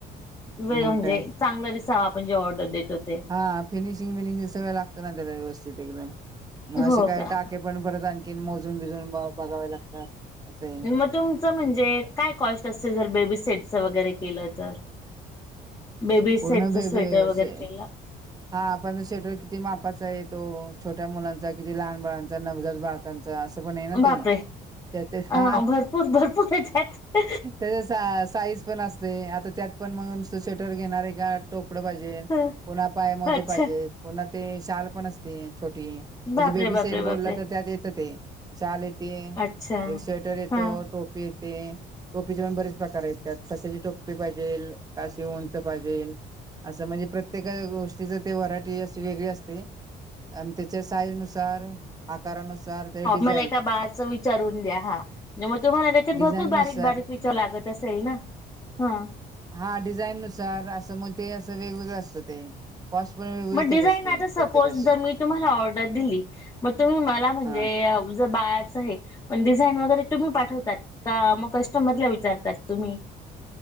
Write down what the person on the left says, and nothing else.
वेळ
म्हणजे
चांगलं दिसावं आपण जे ऑर्डर देतो. ते
हो
का
मग तुमचं म्हणजे काय कॉस्ट असते. जर बेबी सेटचं वगैरे. तर बेबी
सेटच
स्वेटर
वगैरे केलं.
बापरे
अ
भरपूर भरपूर आहे त्यात
ह
अच्छा
बापरे
बापरे
बापरे
अच्छा
हा
मला एका बाळाचा विचार द्या हा म्हणजे मग तुम्हाला त्याच्यात
भरपूर बारीक-बारीक
विचार लागत अस असेल ना हा.
मग
डिझाईन
आता. सपोज
जर मी तुम्हाला ऑर्डर दिली. मग तुम्ही मला म्हणजे
जर बाळाचे. डिझाईन वगैरे तुम्ही पाठवतात. का मग कस्टमरला विचारतात तुम्ही.